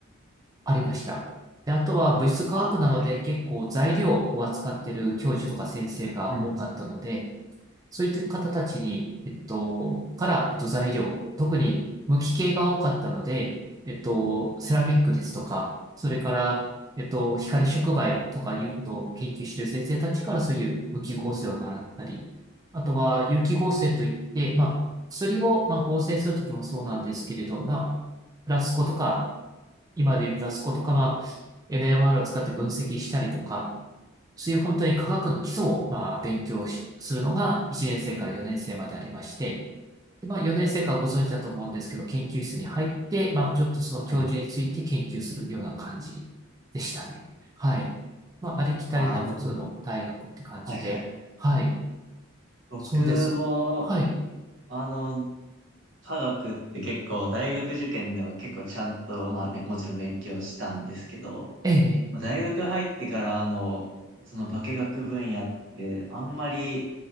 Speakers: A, on the right; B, on the right.
A: ありました。で、あとは物質化学なので結構材料を扱ってる教授とか先生が多かったので、
B: ああ、はい。うん。
A: そういった方たちに、えっと、から、えっと、材料、特に無機系が多かったので、えっと、セラミックですとか、それから、えっと、光触媒とかいうことを研究している先生たちからそういう無機合成を習ったり、あとは有機合成といって、まあ、薬を、まあ、合成するときもそうなんですけれど、まあ、フラスコとか、今でいうフラスコとか、まあ、NMR を使って分析したりとか、そういう本当に科学の基礎を、まあ、勉強しするのが1年生から4年生までありまして、で、まあ、4年生からご存知だと思うんですけど、研究室に入って、まあ、ちょっとその教授について研究するような感じでしたね。
B: はい。
A: はい。まあ、ありきたりな普通の大学って感じで、
B: ああ、僕、はいはい。
A: はい。
B: 僕も、
A: そうです。はい。
B: あの、科学って結構、大学受験では結構ちゃんと、まあ、べもちろん勉強したんですけど、
A: ええ、ええ
B: 大学入ってから、あの、その化学分野って、あんまり